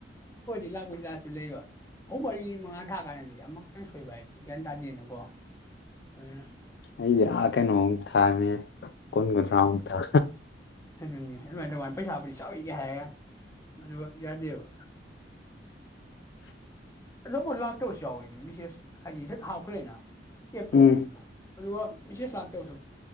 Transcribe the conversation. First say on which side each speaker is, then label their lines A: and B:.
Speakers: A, on the left (about 15°); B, on the left (about 60°).
A: ꯂꯥ ꯄꯩꯁꯥ ꯑꯁ ꯂꯩ ꯋꯥ ꯑꯍꯨꯝ ꯃꯔꯤ ꯃꯉꯥ ꯊꯥ ꯀꯥꯟꯗꯗꯤ ꯑꯃꯈꯛꯇꯪ ꯁꯣꯏꯕ ꯍꯥꯏ ꯒ꯭ꯌꯥꯟ ꯇꯥꯗꯦꯗꯅꯀꯣ ꯑꯗꯨꯅ
B: ꯑꯩꯗꯤꯦ ꯀꯦꯩꯅꯣ ꯎ ꯊꯃꯦ ꯀꯣꯟ ꯀꯣꯟ꯭ꯔꯥ ꯊ
A: ꯑꯗꯨꯅꯦ ꯑꯗꯨꯃꯥꯏꯅ ꯇꯧꯃꯥꯏꯅ ꯄꯩꯁꯥꯕꯨꯗꯤ ꯆꯥꯎꯋꯒꯦ ꯍꯥꯏꯔꯒ ꯑꯗꯨꯒ ꯌꯥꯗꯦꯕ
B: <unintelligible>
A: ꯑꯗꯨꯕꯨ ꯂꯥꯛꯇꯕꯁꯨ ꯌꯥꯎꯋꯤꯅꯦ ꯃꯤꯁꯦꯁ ꯍꯥꯏꯗꯤ ꯁꯠ ꯍꯥꯞꯈ꯭ꯔꯦꯅ ꯑꯦꯞꯇꯣ
B: ꯎꯝ
A: ꯑꯗꯨꯒ ꯃꯤꯁꯦꯁ ꯂꯥꯛꯇꯕꯁꯨ